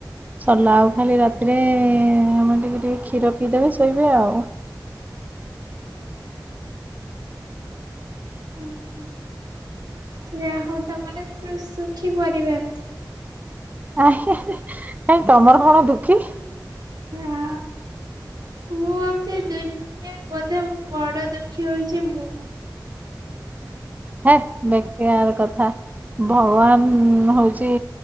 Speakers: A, on the right; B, on the right.
A: ସରିଲା ଆଉ ଖାଲି ରାତିରେ ଆମେ ଟିକେ ଟିକେ କ୍ଷୀର ପିଇଦେବେ ଶୋଇବେ ଆଉ।
B: କଣ? ଯାହା ହଉ ତମର ସୁଖୀ ପରିବାର।
A: ଆ କାଇଁ ତମର କଣ ଦୁଃଖୀ।
B: ହଁ ମୁଁ ହଉଛି ଦୁନିଆରେ ବୋଧେ ବଡ ଦୁଃଖୀ ହଉଛି ମୁଁ।
A: ହେଁ ବେକାର କଥା। ଭଗବାନ ହଉଛି